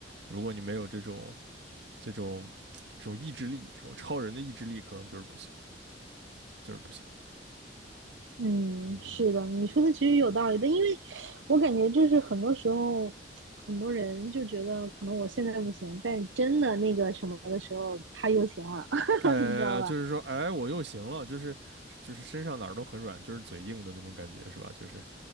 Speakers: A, on the right (about 65°); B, on the right (about 80°).
A: 如果你没有这种这种这种意志力，这种超人的意志力，可能就是不行，就是不行。
B: 嗯，
A: 嗯，
B: 是的，你说的其实有道理的，因为我感觉就是很多时候，很多人就觉得可能我现在不行，但真的那个什么的时候，他又行了，<laughs>
A: 哎，
B: 你知道吧？
A: 就是说，哎，我又行了，就是就是身上哪儿都很软，就是嘴硬的那种感觉，是吧？就是